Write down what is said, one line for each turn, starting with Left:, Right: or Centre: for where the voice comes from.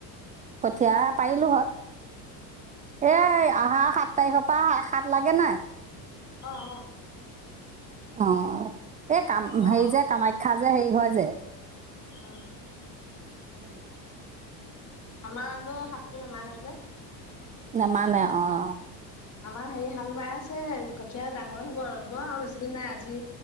Right: কঠীয়া পাৰিলো হত এ আহাৰ সাত তাৰিখৰ পৰা সাত লাগে নাই?
Left: অ অ
Right: অ এই কাম
Left: অ
Right: হেৰি যে কামাখ্যা যে হেৰি হয় যে
Left: আহ
Right: উম
Left: আমাৰ আকৌ শাতটো নামানে যে
Right: নেমানে অঁ
Left: আমাৰ হেৰি হাল বাই আছে কঠীয়া ডাঙৰে হ'ব ৰব আৰু বেছি দিন নাই আজি